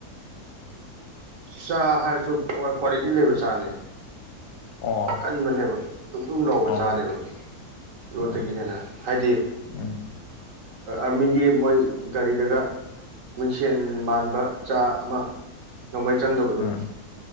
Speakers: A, on the right; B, on the left.
A: ꯆꯥ ꯍꯥꯏꯔꯁꯨ ꯀ꯭ꯋꯥꯂꯤꯇꯤ ꯂꯩꯕ ꯆꯥꯅꯦ
B: ꯑꯣ
A: ꯀꯟꯕꯅꯦꯕ ꯅꯨꯡ ꯅꯨꯡ ꯂꯥꯎꯕ
B: ꯑꯣ
A: ꯆꯥꯅꯦꯕ ꯌꯣꯠꯇꯒꯤ
B: ꯎꯝ
A: ꯍꯦꯟꯅ ꯍꯥꯏꯗꯤ
B: ꯎꯝ
A: ꯑꯃꯤꯒꯤ ꯃꯣꯏ ꯔꯤ ꯒꯥ ꯃꯤꯡꯁꯦꯟ ꯃꯥꯟꯕ ꯆꯥ ꯑꯃ ꯅꯣꯡꯃꯩ ꯆꯪꯗꯕꯗꯣ
B: ꯎꯝ